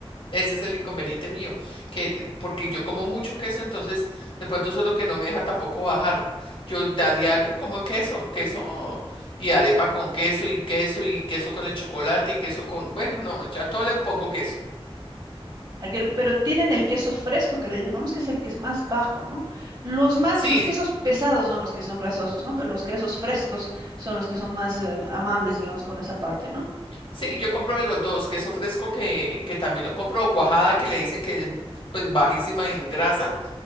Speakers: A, on the left; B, on the right.
A: Ese es el inconveniente mío, que porque yo como mucho queso, entonces de pronto eso es lo que no me deja tampoco bajar. Yo a diario como queso, queso y arepa con queso y queso y queso con el chocolate y queso con, bueno, no, me- yo a todo le pongo queso.
B: Aguer- pero tienen el queso fresco que le llamamos, que es el que es más bajo, ¿no? Los más,
A: Sí,
B: los quesos pesados son los que son grasosos, ¿no? Pero los quesos frescos son los que son más eh, amables, digamos, con esa parte, ¿no?
A: sí, yo compro de los dos, queso fresco que, que también lo compro, o cuajada que le dicen que es pues bajísima en grasa